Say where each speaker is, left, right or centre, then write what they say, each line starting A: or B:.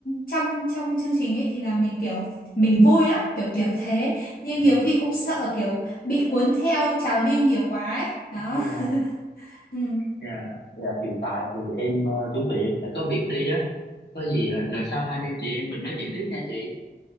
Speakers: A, on the left; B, on the left.
A: trong trong chương trình ấy thì là mình kiểu mình vui lắm kiểu kiểu thế nhưng
B: dạ
A: nhiều khi cũng sợ kiểu bị cuốn theo trào lưu nhiều quá ấy đó
B: dạ
A: <laughs> ừ.
B: dạ dạ, hiện tại thì em ờ, chuẩn bị phải có việc đi á. Có gì ờ, lần sau hai anh em chị em mình nói chuyện tiếp nha chị.